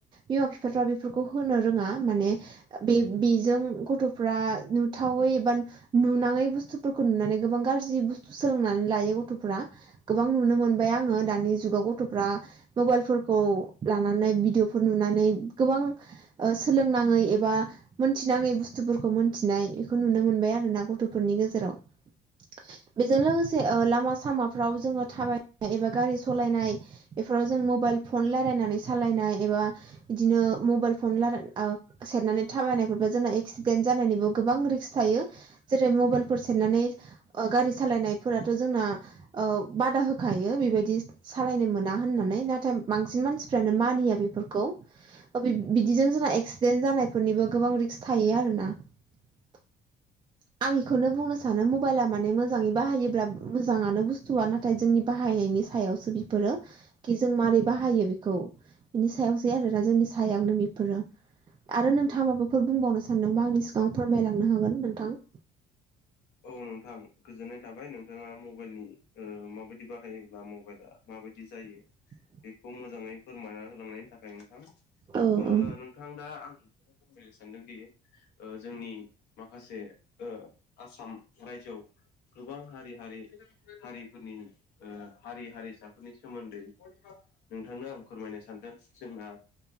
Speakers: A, on the right; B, on the left.
A: बिमा बिफाफ्रा बेफोरखौ होनो रोङा माने ओ बे बेजों गथ'फ्रा नुथावै एबा नुनाङै बुस्थुफोरखौ नुनानै गोबां गाज्रि बुस्थु सोलोंनानै लायो गथ'फोरा गोबां नुनो मोनबाय आंङो दानि जुगाव गथ'फ्रा मबाइलफोरखौ लानानै भिडिअफोर नुनानै गोबां ओ सोलोंनाङै एबा मोनथिनाङै बुस्थुफोरखौ मोनथिनाय बेखौ नुनो मोनबाय आरो ना गथ' गथ'फोरनि गेजेराव बेजों लोगोसे ओ लामा सामाफ्राव जोङो थाबायनाय एबा गारि सलायनाय बेफोराव जों मबाइल फन रायलायनानै सालायनाय एबा बिदिनो मबाइल फनाय सेरनानै थाबायनायफोरबो जोंना एक्सिडेन्ट जानायनिबो गोबां रिक्स थायो। जेरै मबाइलफोर सेरनानै ओ गारि सालायनायफोराथ' जोंना बादा होखायो बेबायदि सालायनो मोना होननानै नाथाय बांसिन मानसिफ्रानो मानिया बेफोरखौ बिदिजों जोंना एक्सिडेन्ट जानायफोरनिबो गोबां रिक्स थायो आरो ना <inaudible> आं बेखौनो बुंनो सानो मबाइला माने मोजाङै बाहायोब्ला मोजाङानो बुस्थुआ नाथाय जोंनि बाहायनायनि सायावसो बिफोरो खि जों माबारै बाहायो बेखौ बिनि सायावसै आरोना जोंनि सायावनो बेफोरो आरो नोंथाङा माबाफोर बुंबावनो सानदोंबा आंनि सिगां फोरमायलांनो हागोन नोंथां
B: औ नोंथां गोजोननाय थाबाय नोंथाङा मबाइलनि माबायदि बाहायोब्ला मबाइला माबायदि जायो
A: <inaudible>
B: बेखौ मोजाङै फोरमायना होलांनायनि थाखाय ओ नोंथां
A: औ औ
B: नोंथां दा आं बेखौनो फोरमायनो सानदोंदि ओ जोंनि माखासे ओ आसाम रायजोआव गोबां हारि हारि हारिफोरनि ओ हारि हारिसाफोरनि सोमोन्दै नोंथांनो आं फोरमायनो सानदों जोंना